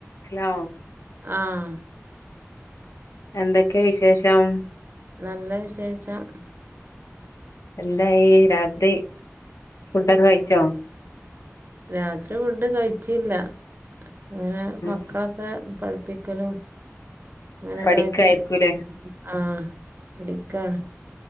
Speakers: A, on the left; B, on the right.
A: Hello
B: ആഹ്
A: എന്തെക്കെ വിശേഷം?
B: നല്ല വിശേഷം.
A: എന്തായി രാത്രി ഫുഡൊക്കെ കഴിച്ചോ?
B: രാത്രി ഫുഡ് കഴിച്ചില്ല ഇങ്ങനെ
A: ഉം
B: മക്കളൊക്കെ പഠി പ്പിക്കലും അങ്ങനെക്കായിട്ട്
A: പഠിക്കായിരിക്കൂലേ
B: ആഹ് പഠി ക്കാണ്.